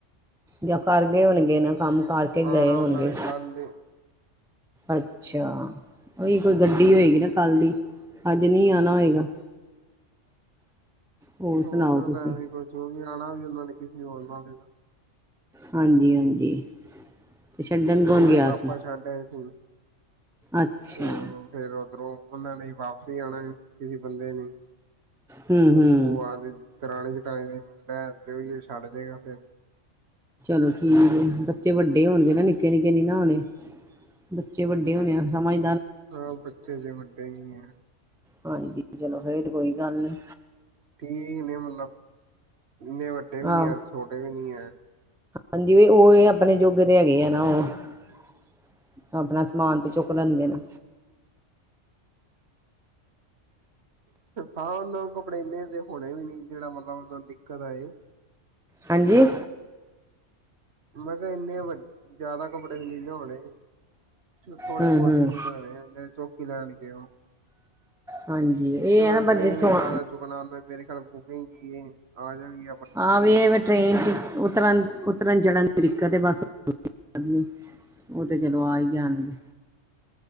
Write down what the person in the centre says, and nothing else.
ਜਾਂ ਫਰ ਗਏ ਹੋਣਗੇ ਨਾ ਕੰਮ ਕਰਕੇ
ਗਏ ਹੋਣਗੇ
ਅੱਛਾ ਉਹੀ ਕੋਈ ਗੱਡੀ ਹੋਏਗੀ ਨਾ ਕੱਲ ਦੀ ਅੱਜ ਨਹੀਂੀ ਆਣਾ ਹੋਏਗਾ ਹੋਰ
ਸੁਣਾਓ
ਤੁਸੀਂ
ਹਾਂਜੀ ਹਾਂਜੀ ਤੇ ਛੱਡਣ ਕੌਣ
ਗਿਆ
ਸੀ
ਅੱਛਾ
ਹੂੰ
ਹੂੰ
ਚਲੋ ਠੀਕ ਆ ਬੱਚੇ ਵੱਡੇ ਹੋਣਗੇ ਨਾ ਨਿੱਕੇ ਨਿੱਕੇ ਨੀ ਨਾ ਹੋਣੇ ਬੱਚੇ ਵੱਡੇ ਹੋਣੇ ਆ ਸਮਝ
ਹਾਂਜੀ ਚਲੋ ਫੇ ਕੋਈ ਗੱਲ ਨੀ
ਆਹੋ
ਹਾਂਜੀ ਉਹ ਆਪਣੇ ਜੋੁਗੇ ਤੇ ਹੈਗੇ ਆ ਨਾ ਉਹ ਆਪਣਾ ਸਮਾਨ ਤੇ ਚੁੱਕ ਲੈਣਗੇ ਨਾ
ਹਾਂਜੀ
ਹੂੰ
ਹੂੰ
ਹਾਂਜੀ ਇਹ
ਹੈ ਨਾ ਪਰ
ਜਿੱਥੋਂ
ਆਹ ਵੀ, ਇਹ ਟ੍ਰੇਨ'ਚ, ਉਤਰਨ-ਉਤਰਨ ਚੜਨ ਤਰੀਕਾ ਤੇ ਬਸ ਨਹੀਂ ਉਹ ਤੇ, ਚਲੋ ਆ ਹੀ ਜਾਣਗੇ